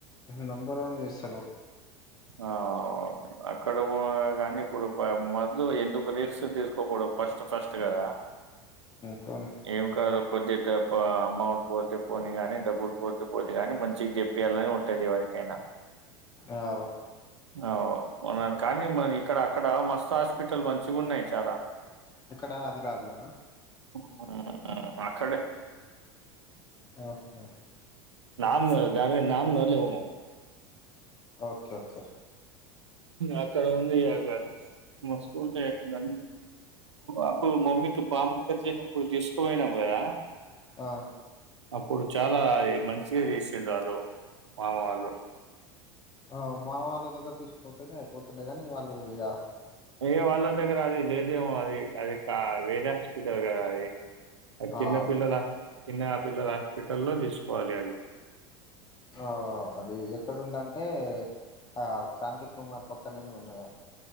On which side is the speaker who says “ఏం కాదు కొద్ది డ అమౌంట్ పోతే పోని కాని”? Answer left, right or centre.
Right